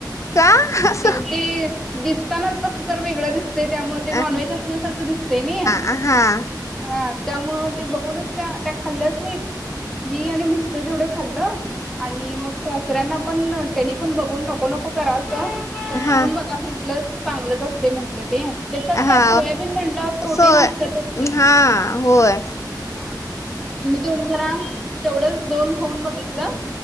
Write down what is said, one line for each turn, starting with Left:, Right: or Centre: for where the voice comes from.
Left: का असं
Centre: ते दिसताना कसतरी वेगळ दिसतय त्यामुळे ते नॉनवेज
Left: हा
Centre: असल्यासारखं दिसतंय नाही.
Left: हा हा
Centre: हा त्यामुळ ते बघूनच त्या त्या खाल्ल्याच नाहीत मी आणि मिस्टर तेवढं खाल्ल आणि मग सासऱ्यांना पण त्यांनी पण बघून नको नको करालत चाखून
Left: हा
Centre: बघा म्हटल चांगलंच असते म्हटलं ते त्याच्यात
Left: हा
Centre: काय सोयाबीन म्हटल्यावर प्रोटीन
Left: सोय
Centre: असत्यातच की.
Left: हा होय
Centre: हा त्यांनी तेवढं जरा तेवढंच दोन खाऊन बघितलं